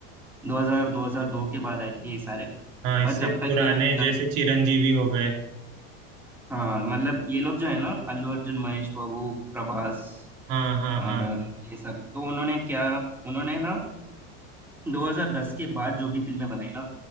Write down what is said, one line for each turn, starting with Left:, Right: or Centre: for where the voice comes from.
Centre: 2000 2002 के बाद आए थे ये सारे
Right: हाँ इससे
Centre: पर जब तक
Right: पुराने
Centre: ये मतलब
Right: जैसे चिरंजीवी हो गए
Centre: हाँ मतलब ये लोग जो है ना अल्लू अर्जुन महेश बाबू प्रभास
Right: हाँ हाँ
Centre: और
Right: हाँ हाँ
Centre: ये सब तो उन्होंने क्या उन्होंने ना 2010 के बाद जो भी फिल्में बनाई ना